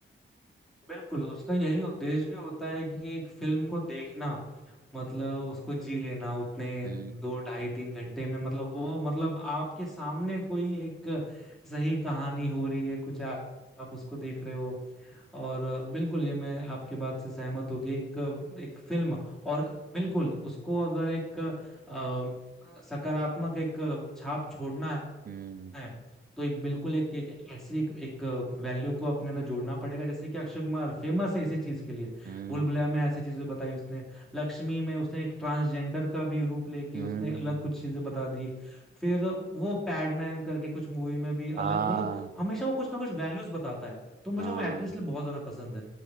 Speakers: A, in the centre; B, on the right.
A: बिल्कुल उसका यही उद्देश्य भी होता है कि एक फिल्म को देखना मतलब उसको जी लेना उतने
B: हम्म
A: दो ढाई तीन घंटे में मतलब वो मतलब आपके सामने कोई एक सही कहानी हो रही है कुछ आप, आप उसको देख रहे हो और बिल्कुल ये मैं आपके बात से सहमत हूँ कि एक एक फिल्म और बिल्कुल उसको अगर एक अ, सकारात्मक एक छाप छोड़ना
B: हम्म
A: है तो एक बिल्कुल एक एक ऐसी एक वैल्यू को अपने अंदर जोड़ना पड़ेगा जैसे कि अक्षय कुमार फेमस है इसी चीज के लिए
B: हम्म
A: भूल भुलैया में ऐसी चीजें बताई उसने लक्ष्मी में उसने एक ट्रांसजेंडर का भी रूप लेके
B: हम्म,
A: उसने अलग कुछ चीजें बता दी फिर वो पैडमैन करके कुछ मूवी में भी अलग
B: हाँ
A: मतलब हमेशा वो कुछ ना कुछ वैल्यूज बताता है तो मुझे
B: हाँ
A: वो एक्ट्रेस लिए बहुत ज्यादा पसंद है